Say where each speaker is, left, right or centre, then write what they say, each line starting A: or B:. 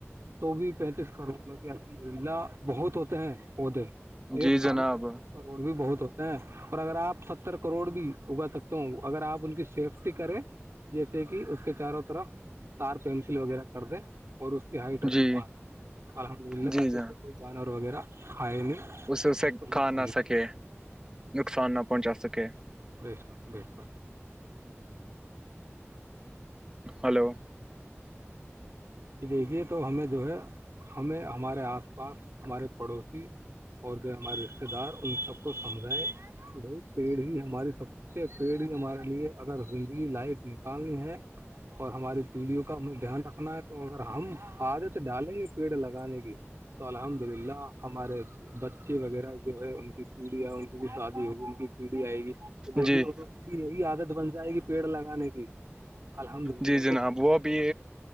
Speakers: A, on the right; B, on the right.
A: تو بھی پینتیس کروڑ لہ بہت ہوتے ہیں پودے
B: جی
A: ایک سال
B: جناب
A: ہے کروڑ بھی بہت ہوتے ہیں اور اگر آپ ستر کروڑ بھی اگا سکتے ہو اگر آپ ان کی سیفٹی کرے جیسے کہ اس کے چاروں طرف تار پینسل وغیرہ کر دے اور اس کی ہائٹ رکھے
B: جی
A: پانچ الحمد للہ
B: جی
A: تاکہ
B: جناب
A: اس تھئی جانور وغیرہ ہائے نہیں
B: اسے اسے
A: اس کو
B: کھا
A: نشٹ
B: نہ
A: نہیں
B: سکے نقصان نہ پہنچا سکے
A: بس بیسا
B: ہلو <unintelligible>
A: کہ دیکھیے تو ہمیں جو ہے ہمیں ہمارے آس پاس ہمارے پڑوسی اور جو ہمارے رشتے دار ان سب کو سمجھائے کہ بھائی پیڑ ہی ہماریے سب اسے پیڑی ہمارے لیے اگر زندگی لائف نکالنی ہے اور ہماراری پیڑھیوں کا ہمیں دھیان رکھنا ہے تو اگر ہم عادت ڈالیں گے پیڑ لگانے کی تو الحمد للہ ہمارے بچے وغیرہ جو ہے ان کی پیڑھیاں ان کی بھی شادی ہوگی ان کی پیڑھی آئے گی تو دیکے
B: جی
A: وہو کی بھی یہی عادت بن جائے گی پیڑ لگانے کی الحمد للہ
B: جی جناب
A: توے
B: وہ بھی